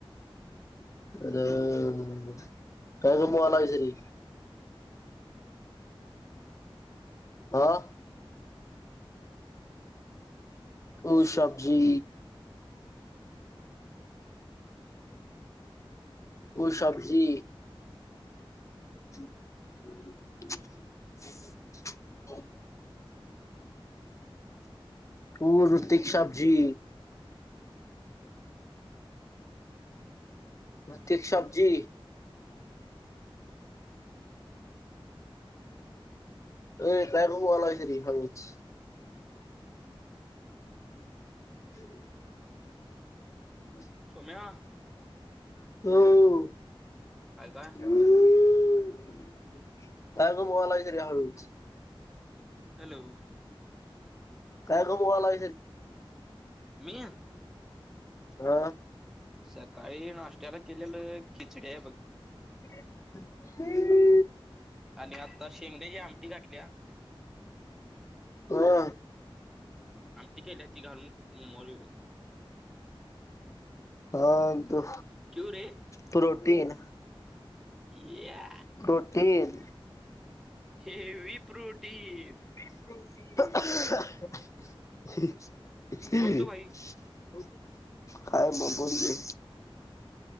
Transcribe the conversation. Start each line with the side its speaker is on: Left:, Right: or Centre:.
Left: हॅलो काहीतरी बोला तरी. हा. ओ शाबजी. ओ शाबजी. <inaudible> ओ ऋतिक शाबजी. भतिक शाबजी. <unintelligible> <inaudible> <unintelligible>
Centre: सोम्या.
Left: <unintelligible>
Centre: काय काय.
Left: <unintelligible>
Centre: हॅलो.
Left: काय कमवा <unintelligible>
Centre: मी.
Left: अ.
Centre: सकाळी नाष्ट्त्याला केलेलं खिचडी आहे बघ.
Left: <unintelligible>
Centre: आणि आता शेंगण्याची आमटी घातलीया.
Left: हा.
Centre: आमट केली ती घालून <unintelligible>
Left: हा तो.
Centre: क्यू रे
Left: प्रोटीन
Centre: या
Left: प्रोटीन
Centre: हेवी प्रोटीन.
Left: <unintelligible>
Centre: बोलतो भाई
Left: काय बबर घे.